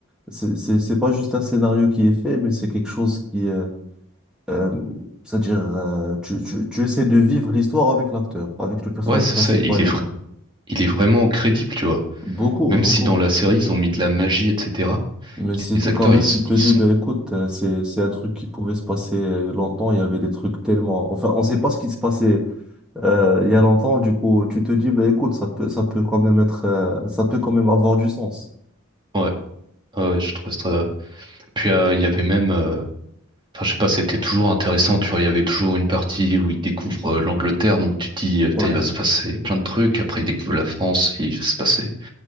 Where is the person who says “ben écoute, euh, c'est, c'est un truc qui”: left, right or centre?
Centre